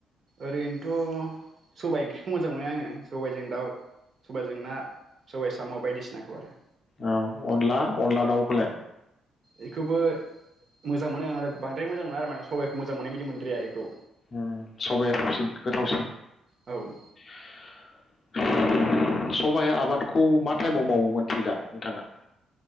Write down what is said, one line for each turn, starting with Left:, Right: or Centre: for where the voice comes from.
Right: ओरैनोथ' सबाइ ओंख्रिखौ मोजां मोनो आंङो सबाइजों दाउ। सबायजों ना सबाय साम' बायदिसि नायखौ आरो
Left: औ अनला अनला दाउखौलाय
Right: बेखौबो मोजां मोनो आं बांद्राय मोजां मोना आरो माने सबाइखौ मोजां मोननाय बायदि मोनद्राया बेखौ।
Left: ओ सबाया थावसिन गोथावसिन।
Right: औ
Left: <inaudible> सबाय आबादखौ मा टाइमाव मावोमोन मिथियो दा नोंथाङा।